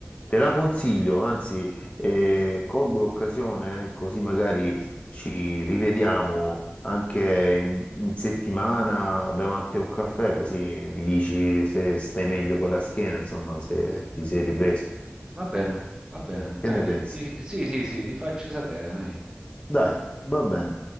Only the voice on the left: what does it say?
te la consiglio, anzi, eh, colgo l'occasione, eh, così magari ci rivediamo anche in, in settimana davanti a un caffè, così mi dici se stai meglio con la schiena, insomma, se ti sei ripreso.
Che
ne
pensi?
Dai, va bene.